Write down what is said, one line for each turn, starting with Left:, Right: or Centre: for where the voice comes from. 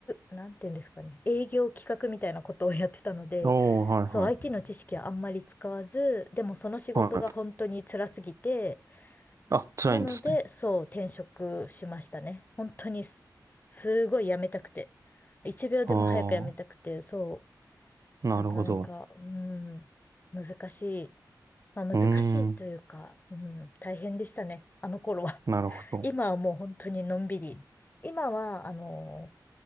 Left: 画、なんていうんですかね、営業企画みたいなことをやってたので、
Right: おー、はい、
Left: そう、
Right: はい、
Left: IT の知識はあんまり使わず、でもその仕事が本当に辛すぎて、
Right: はい。あ、辛いんですね。
Left: なので、そう、転職しましたね。本当にす、すごい辞めたくて。一秒でも早く辞めたくて、
Right: ああ、
Left: そ
Right: なるほど。
Left: う、なかなか、うん、難しい。まあ難しいというか、
Right: うーん、
Left: うん、大変でしたね、あの頃は。
Right: なるほど。
Left: <laughs> 今はもう本当にのんびり。今は、あの、